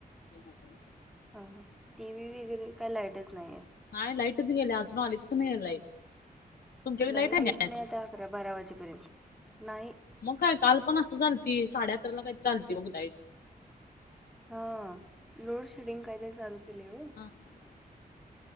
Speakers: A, on the left; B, in the centre.
A: <inaudible>
B: हा हा. टीव्ही वगैरे काय लाईटच नाहीये?
A: नाही लाईटच गेल्या आजून आलीच पण नाही लाईट. तुमच्याकडे
B: लाईट
A: आहे
B: येत
A: काय
B: नाही आता अकरा बारा वाजेपर्यंत नाही.
A: मग काय काल पण असंच आलती. साडे अकराला काहीतरी आलती बघ लाईट.
B: हा लोड शेडिंग कायतरी चालू केलंय ओ.
A: <inaudible>